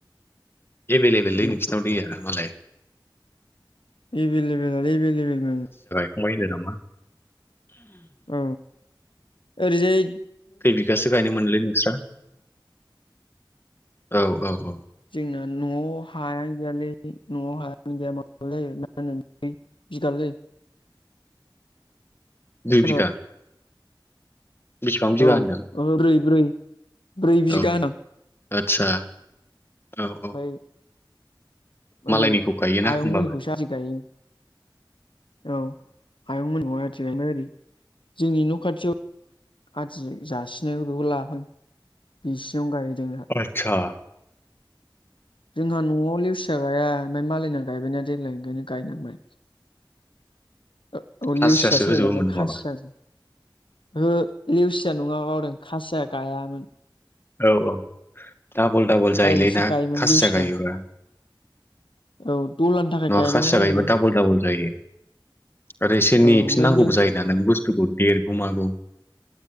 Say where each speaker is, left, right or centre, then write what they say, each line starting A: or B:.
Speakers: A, on the left (about 25°); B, on the left (about 75°).
A: एभेल एभेललै
B: दां
A: नोंसिनाव दैया मालाय।
B: एभलबेला एभलेबेल मोन।
A: बाय द नामा।
B: औ औरैजाय।
A: खै बिगासो गायनो मोनलै नोंस्रा औ औ औ।
B: जोंना न'आव हायानो गैयालै न'आव हायानो गैया म जायो। बिगाललै।
A: दुइ
B: खोनाबाय
A: बिगा। बेसेबां बिगा
B: औ
A: होनदों
B: बै ब्रै ब्रै बिगा
A: औ
B: होनां।
A: आदसा औ औ
B: बाय। ओरै
A: मालायनिखौ गायोना
B: आयंमोननिखौसो
A: होमबाबो
B: आदि गायो औ। हायंमोननिखौ आदि गायबाय ओरै जोंनि न खाथियाव। आदि जासिनायफोरखौ लाबाय बिसिनावनो गायहैदों दा।
A: आतसा।
B: जोंहा न'आव लेवसिया गाया ओमफ्राय मालायना गायबायना देग्लायनिओंखायनो गायनांबाय। औ
A: खासियासो
B: लिउसिया होनलायलांबाय
A: होजोबोमोन नङाबा
B: खासिया। ओ लेवसिया नङा बावदों खासिया गायामोन।
A: औ औ डाबल डाबल जायोलै
B: डाइरेक्टसो
A: ना
B: गायोमोन
A: खासिया
B: लेवसिया
A: गायोबा।
B: औ दहलानि थाखाय
A: नङा
B: गायनांगौ
A: खासिया
B: जायोना
A: गायोबा डाबल डाबल जायो। ओरै एसेनेफिननांगौबो
B: औ ओमफ्राय नों
A: जायोना नों बुस्थुखौ देरगौ मागौ।